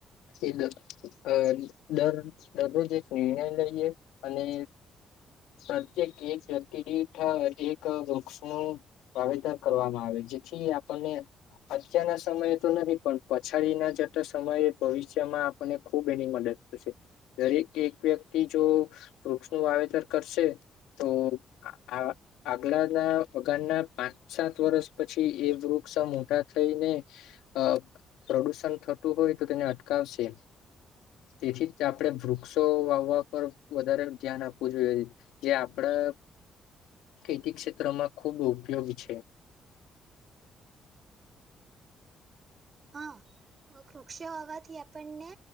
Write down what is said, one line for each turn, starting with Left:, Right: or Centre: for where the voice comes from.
Left: કે દર દરરોજ એક નિર્ણય લઈએ. અને પ્રત્યેક એક વ્યક્તિ દીઠ એક વૃક્ષનું વાવેતર કરવામાં આવે જેથી આપણને અત્યારના સમયે તો નથી પણ પછાડીના જતાં સમયે ભવિષ્યમાં આપણને ખૂબ એની મદદ થશે. દરેક એક વ્યક્તિ જો વૃક્ષનું વાવેતર કરશે તો આ આગલાના અગાળના પાંચ સાત વર્ષ પછી એ વૃક્ષ મોટા થઈને અ પ્રદૂષણ થતું હોય તો તેને અટકાવશે. તેથી જ આપણે વૃક્ષો વાવવા પર વધારે ધ્યાન આપવું જોઈએ. જે આપણા ખેતી ક્ષેત્રમાં ખૂબ ઉપયોગી છે.
Right: હા વૃક્ષો હોવાથી આપણને